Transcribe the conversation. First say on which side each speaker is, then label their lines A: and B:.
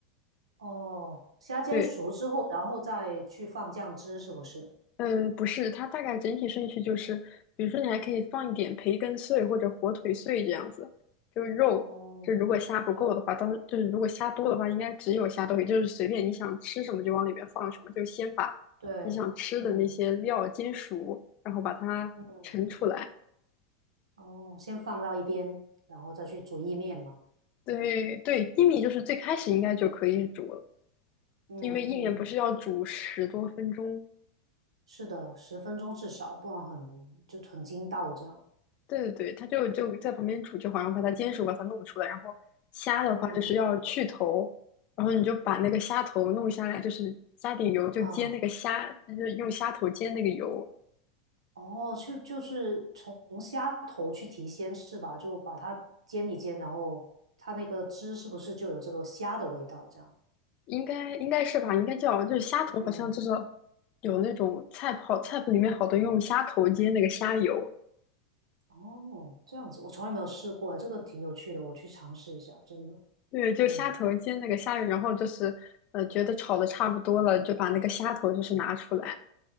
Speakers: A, on the right; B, on the left.
A: 哦，虾煎熟之后，
B: 对，
A: 然后再去放酱汁，是不是？
B: 嗯，不是，它大概整体顺序就是，比如说你还可以放一点培根碎或者火腿碎这样子，就是肉。
A: 哦，
B: 就如果虾不够的话，
A: 就
B: 当就是如果虾多的话，应该只有虾豆腐，就是随便你想吃什么就往里面放什么，就先把
A: 对，
B: 你想吃的那些料煎熟，
A: 嗯
B: 然后把它盛出来。
A: 嗯，哦，先放到一边，然后再去煮意面嘛。
B: 对对，薏米就是最开始应该就可以煮了，
A: 嗯嗯，
B: 因为薏米不是要煮十多分钟。
A: 是的，十分钟至少，不然很就很筋道这样。
B: 对对对，他就就在旁边煮就好，像把它煎熟，把它弄出来。然后虾的话就是要去头，
A: 嗯
B: 然后你就把那个虾头弄下来，就是加点油，就煎那个虾，
A: 啊，
B: 就是用虾头煎那个油，
A: 哦，就就是从虾头去提鲜是吧？就把它煎一煎，然后它那个汁是不是就有这个虾的味道这样？
B: 应该应该是吧？应该叫就是虾头，
A: 嗯
B: 好像就是有那种菜谱好菜谱里面好多用虾头煎那个虾油，
A: 哦，这样子，我从来没有试过，这个挺有趣的，我去尝试一下，真的。
B: 对，就虾头煎那个虾油，
A: 嗯
B: 然后就是呃觉得炒的差不多了，就把那个虾头就是拿出来。